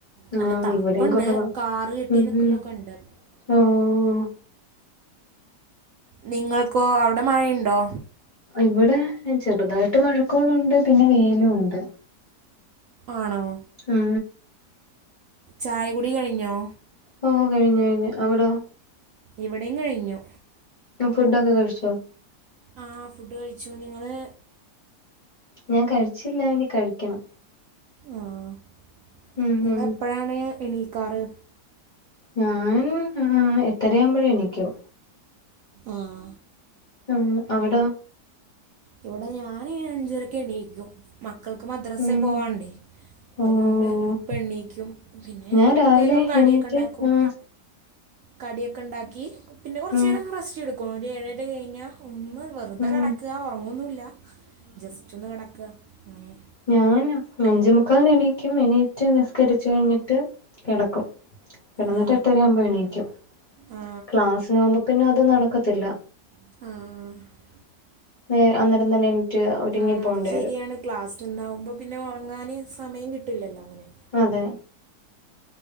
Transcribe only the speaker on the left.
ആഹ്
ഇവിടെയും കുറവാ
ഉം
ഉം
ഓഹ്
ഇവിടെ ചെറുതായിട്ട് മഴക്കോളുണ്ട് പിന്നെ വെയിലുണ്ട്.
ഉം
ഓ കഴിഞ്ഞ് കഴിഞ്ഞ് അവിടോ
ഫുഡൊക്കെ കഴിച്ചോ?
ഞാൻ കഴിച്ചില്ല ഇനി കഴിക്കണം
ഉം
ഉം
ഞാനും ഏഹ് എട്ടരയാവുമ്പഴ് എണീക്കും
ഉം അവിടോ
ഉം
ഓഹ്
ഞാൻ രാവിലെ
എണീറ്റ്
ആഹ്
ഉം
ഉം
ഞാന് അഞ്ചെമുക്കാല്ന് എണീക്കും എണീറ്റ് നിസ്കരിച്ച് കഴിഞ്ഞിട്ട് കെടക്കും കിടന്നിട്ട്
എട്ടരയാവുമ്പോ എണീക്കും
ക്ലാസിന് പോവുമ്പോ പിന്നെ അത് നടക്കത്തില്ല
ഏഹ് അന്നരം തന്നെ എണീറ്റ് ഒരുങ്ങി
പോകേണ്ടി
വരും
അതെ